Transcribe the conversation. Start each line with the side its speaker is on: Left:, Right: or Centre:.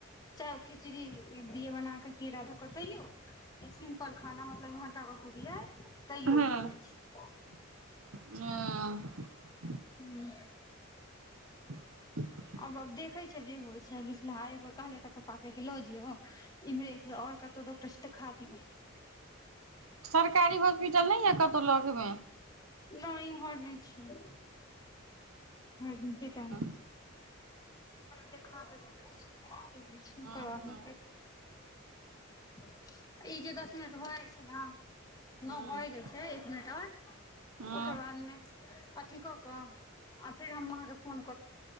Left: चाहे ओ खिचड़ी दिय बना कऽ की राधा कतऽ यो। सिम्पल खाना मतलब इम्हरका बतलियै तैयो
Right: हँ हँ
Left: भय जाइ छै।
Right: <unintelligible>
Left: हू
Right: <unintelligible>
Left: आबब देखे छलियै जे होइ छै सुलहा एक बेड़ कहलिय एकर पप्पा कऽ कि लऽ जयो इम्हरे आर कतौ डॉकटर से देखा दियौ।
Right: सरकारी हॉस्पिटल नहि यऽ कतहु लगमे।
Left: नहि इम्हर नहि छियै भेर दिन के टाइम
Right: हँ
Left: <unintelligible> ै
Right: हँ
Left: ई जे दस मिनट भऽ जाइ छै नऽ
Right: हँ
Left: नो भए गेल छै एक मिनट
Right: हँ
Left: ओकर बाद स्थान मऽ अथि कऽ कऽ फेर हम आहाँ कऽ फोन